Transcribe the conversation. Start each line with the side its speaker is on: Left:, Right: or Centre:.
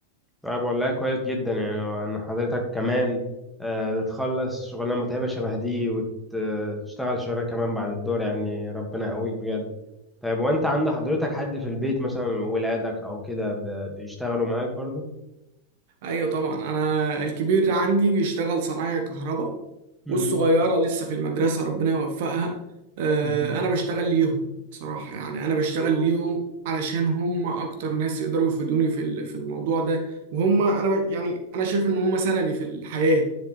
Centre: طيب والله كويس جدا يعني ان حضرتك كمان آه، بتخلص شغلانة متعبة شبه دي وتشتغل شغلانة كمان بعد الدور يعني ربنا يقويك بجد طيب وانت عند حضرتك حد في البيت مثلا ولادك او كده ب- بيشتغلوا معاك برضو
Right: ايوه طبعا انا الكبير عندي بيشتغل صنايع كهرباء
Centre: مهم.
Right: والصغيره لسه في المدرسه ربنا يوفقها آه،
Centre: مهم.
Right: انا بشتغل ليهم بصراحه يعني انا بشتغل ليهم علشان هم اكتر ناس يقدروا يفيدوني في ال- في الموضوع ده وهم انا ب- يعني انا شايف ان هم سندي في الحياه